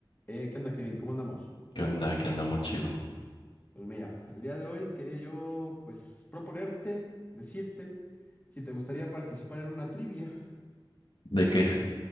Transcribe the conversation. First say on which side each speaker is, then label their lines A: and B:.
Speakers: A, on the left (about 20°); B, on the left (about 75°).
A: Eh, ¿qué onda, Kevin? ¿Cómo andamos?
B: ¿Qué onda? ¿Qué andamos chido?
A: Pues mira, el día de hoy quería yo, pues, proponerte, decirte, si te gustaría participar en una trivia.
B: ¿De qué?